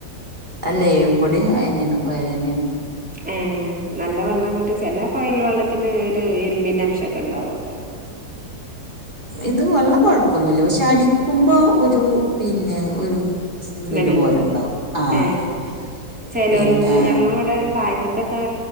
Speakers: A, on the right; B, in the centre.
A: അല്ലേയ് ഇവടിം അയെന്നെണ് കൊയലെണ്.
B: ഏഹ് ന്നല്ലെ വള്ളന്നിട്ട് ചെലെ കൊയൽ വെള്ളത്തിന് ഒര് ഇര്മ്പിന്റെ അംഷക്കെ ഇണ്ടാവല്ലോ
A: ഇത് വള്ളം കൊഴപ്പൊന്നുല്ല പക്ഷെ അടിക്കുമ്പോ ഒരു പിന്നെ ഒരു
B: സ്മെല്ല
A: ഇതിന്റെ പോലെണ്ടാവും ആഹ്
B: ഏ ചെലോലത്
A: പിന്നെ
B: ഞങ്ങള ഇവിടെ താഴത്തത്തൊക്കെ